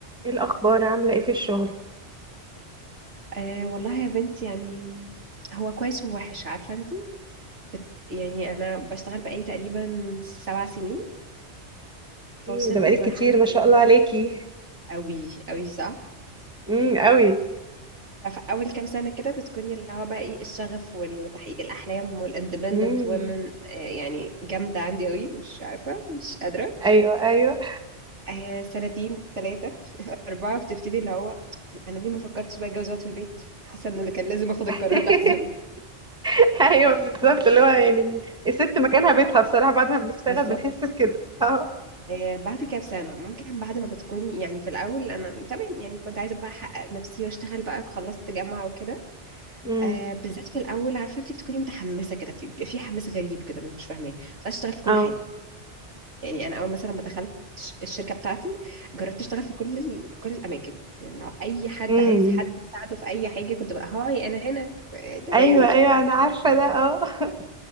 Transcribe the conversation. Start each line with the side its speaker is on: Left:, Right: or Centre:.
Centre: ايه الاخبار عامله ايه في الشغل
Right: أه والله يا بنت يعني هو كويس ووحش عارفة انت بت يعني انا بشتغل بقالي تقريبا سبع سنين فوصلت
Centre: ايه ده بقالك
Right: لمرحلة
Centre: كتير ما
Right: اللي
Centre: شاء
Right: هو
Centre: الله عليكي
Right: قوي قوي صح
Centre: امم قوي
Right: ففي اول كام سنة كده بتكوني اللي هو بقى ايه الشغف والتحقيق الاحلام والاندبندنت
Centre: امم
Right: وومن أه يعني جامدة عندي قوي مش عارفة مش قادرة
Centre: ايوه ايوه
Right: أه سنتين ثلاثة <laughs> أربعة بتبتدي اللي هو انا ليه ما فكرتش بقى اتجوز واقعد في البيت حاسة ان اللي كان لازم اخد
Centre: <laughs>
Right: القرار ده احسن
Centre: ايوه بالظبط اللي هو يعني الست مكانها بيتها بصراحه بعد ما بنشتغل
Right: بالظبط
Centre: بنحس بكده اه
Right: آه، بعد كام سنة ممكن بعد ما بتكوني يعني في الأول أنا تمام يعني كنت عايزة بقى أحقق نفسي وأشتغل بقى خلصت جامعة وكده
Centre: امم
Right: آه بالذات في الأول عارفة أنت بتكوني متحمسة كده في- بيبقى في حماس غريب كده أنا مش فاهماه كنت عايزة أشتغل في كل
Centre: اه
Right: حاجة يعني أنا أول مثلا ما دخلت الش- الشركة بتاعتي جربت أشتغل في كل ال... كل الأماكن يعني لو أي حد
Centre: امم
Right: عايز حد يساعده في أي حاجة كنت بقى هاي أنا هنا آه، تمام
Centre: ايوه
Right: يعني
Centre: ايوه انا عارفه ده اه <laughs>